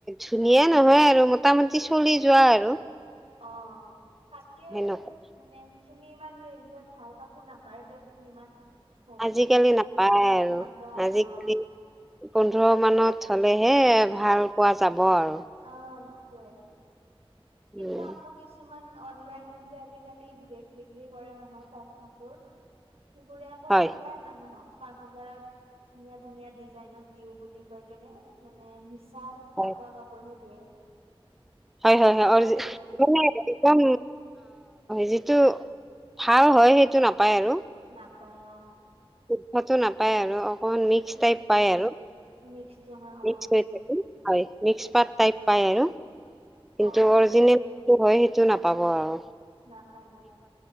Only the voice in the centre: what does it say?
ধুনীয়া নহয় আৰু মোটামুটি চলি যোৱা আৰু
সেনেকুৱা
আজিকালি নাপায় আৰু
আজিকালি।
পোন্ধৰ মানত হ'লেহে ভাল পোৱা যাব আৰু।
উম
হয়
হয়
হয়,
হয়, হয়
মানে। একদম যিটো ভাল হয়, সেইটো নাপায় আৰু।
শুদ্ধটো নাপায় আৰু অকমান মিক্স
টাইপ
পায় আৰু
মিক্স। হয়, মিক্স পাত টাইপ
পায় আৰু কিন্তু
অৰিজিনেল। সেইটো হয় সেইটো নাপাব আৰু।